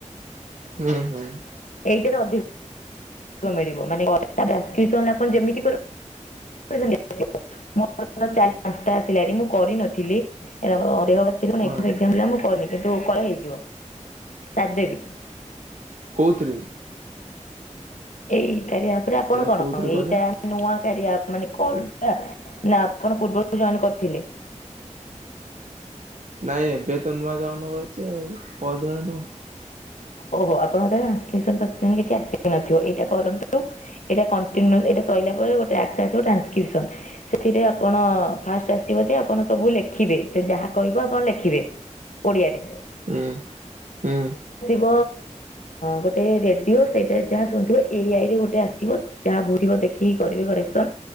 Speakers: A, on the right; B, on the left.
A: ହୁଁ ହୁଁ।
B: ଏଇଟାରେ ଅଧିକ ଅଧିକ ମିଳଵ ମାନେ ଟ୍ରଷକିଷାନ ଯେମିତି କରିବ <unintelligible> ମୋ ଚାରୀ ପାଞ୍ଚଟା ଆସିଲା ମୁଁ କରିନଥିଲି ଦେହ ମୁଁ କରନି କିନ୍ତୁ
A: ହଁ
B: ଏକ୍ସଜାମ ଥିଲା ମୁଁ କରିନି କିନ୍ତୁ ମୁଁ କରିଦେବି ସାରିଦେବି।
A: କୋଉଥିରେ
B: ଏଇ କାରିଆ ଆପ ରେ ଆପଣ
A: ନା
B: କଣ
A: କୋଉଥିରେ କହିଲେ?
B: ଏଇଟା ନୂଆ କାରିଆ ଆପ ମାନେ କଣ ଟା ନାଁ ଆପଣ ପୃବରୁ ଜଏନ କରିଥିଲେ। <unintelligible>
A: ନାଇଁ ଏବେ ତ ନୂଆ ଜନ ହୋଉଛି ଆଉ ପଦିନଠୁ।
B: ଓହୋ ଆପଣଙ୍କର ଟ୍ରାନ୍ସକିଷାନ ପାସକିସ କିଛି ଆସିନଥିବ ଏଇଟା କରନ୍ତୁ ଏଇଟା କଟିନିଉ ସଇଲାପରେ ଗୋଟେ ଟ୍ୟାକ୍ସ ଆସିବ ଟ୍ରାଷକିଶନ ସେଥିରେ ଆପଣ ଫାଷ୍ଟ ଆସିବ ଯେ ଆପଣ ସବୁ ଲେକି ସେ ଯାହା କହିବ ଆପଣ ଲେଖିବେ ଓଡିଆରେ
A: ହୁଁ ହୁଁ।
B: <unintelligible> ଗୋଟେ ରେଡିଓ ସେଇଟାରେ ଯାହା ଶୁଣୁଥିବ ଏଆଇ ରେ ଗୋଟେ ଆସିଥିବ ଯାହା ବୁଝପାରୁଥିବ ଦେଖିକି କରିବେ କରେକ୍ସନ